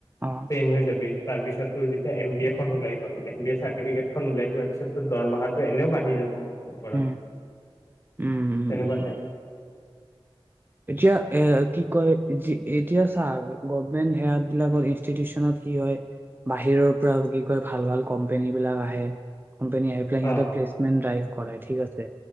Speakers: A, on the right (about 20°); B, on the left (about 30°).
A: অ
B: ট্ৰেইন হয় যাবি তাৰপিছত তোৰ যেতিয়া এম বি এ খন ওলাই গ'ল, এম বি এ চাৰ্টিফিকেটখন ওলাই যোৱাৰ পিছতো দৰমহাটো এনেও বাঢ়ি যাব। ওপৰত,
A: উম উম উম
B: তেনেকুৱা
A: উম
B: ঠাইত
A: এতিয়া এ, কি কয় এতি-এতিয়া চাৰ গভমেন্ট সেয়াত বিলাকৰ ইনষ্টিটিউচনত কি হয়, বাহিৰৰ পৰা কি কয়, ভাল, ভাল কোম্পনী বিলাক আহে। কোম্পানী আহি‌ পেলাই, সিহঁতৰ
B: অ
A: প্লেচমেণ্ট ড্ৰাইভ কৰাই ঠিক আছে,